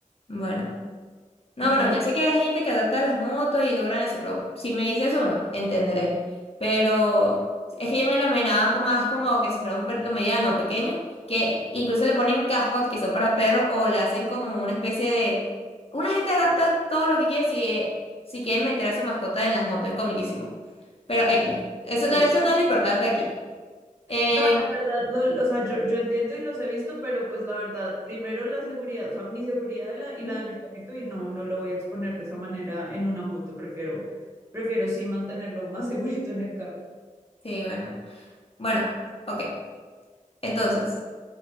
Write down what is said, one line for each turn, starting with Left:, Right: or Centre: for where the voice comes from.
Left: bueno.
Right: Ujú.
Left: No,
Right: Entonces,
Left: bueno, yo sé que hay gente que adapta las motos y logran eso, pero si me dices eso, bueno, entenderé. Pero es que yo me lo imaginaba como- más como que si fuera un perrito mediano o pequeño, que incluso le ponen cascos que son para perros o le hacen como una especie de... Una gente adapta todo lo que quiere si, eh, si quieren meter a su mascota en las motos, es comiquísimo. Pero X, eso,
Right: sí,
Left: no- eso no es lo importante aquí. Eh,
Right: No, la verdad, lo- o sea, yo, yo entiendo y los he visto, pero pues la verdad, primero la seguridad, o sea, mi seguridad de la- y
Left: ujú,
Right: la de mi papito, y no, no lo voy a exponer de esa manera en una moto, prefiero, prefiero sí mantenerlo más <laughs> segurito en el carro.
Left: sí, bueno. Bueno, ok. Entonces.